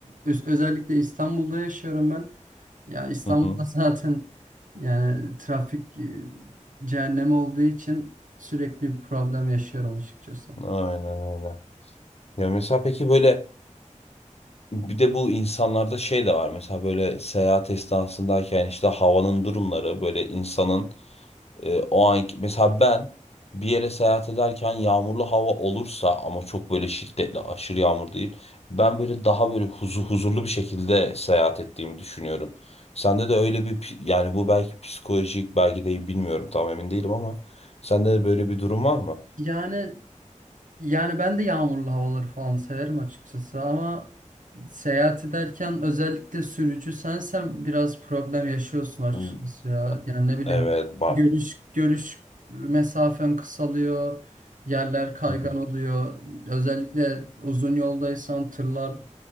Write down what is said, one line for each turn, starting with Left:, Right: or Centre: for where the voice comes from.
Right: Öz- özellikle İstanbul'da yaşıyorum ben. Ya İstanbul'da
Left: Hı hı.
Right: <laughs> zaten yani trafik e, cehennemi olduğu için sürekli bir problem yaşıyorum açıkçası.
Left: Aynen öyle. Ya mesela peki böyle bir de bu insanlarda şey de var mesela böyle seyahat esnasındayken işte havanın durumları böyle insanın E, o an mesela ben bir yere seyahat ederken yağmurlu hava olursa ama çok böyle şiddetli aşırı yağmur değil. Ben böyle daha böyle huzur, huzurlu bir şekilde seyahat ettiğimi düşünüyorum. Sende de öyle bir pi- yani bu belki psikolojik belki de bilmiyorum tam emin değilim ama sende de böyle bir durum var mı?
Right: Yani Yani ben de yağmurlu havaları falan severim açıkçası ama seyahat ederken özellikle sürücü sensen biraz problem yaşıyorsun açıkçası
Left: Hı,
Right: ya. Yani ne bileyim
Left: Evet var.
Right: görüş görüş mesafen kısalıyor, yerler kaygan
Left: Hı hı.
Right: oluyor. Özellikle uzun yoldaysan tırlar